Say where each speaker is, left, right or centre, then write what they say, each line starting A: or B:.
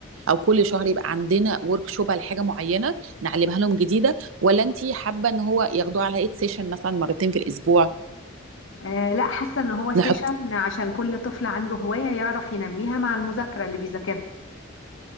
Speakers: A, on the right; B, on the left.
A: او كل شهر يبقى عندنا ورك شوب على حاجه معينه نعلمها لهم جديده ولا انت حابه ان هو ياخدوها على ايد سيشن مثلا مرتين في الاسبوع
B: آه لا حاسة ان هو سيشن
A: نحط
B: عشان كل طفل عنده هواية يعرف ينميها مع المذاكرة اللي بيذاكرها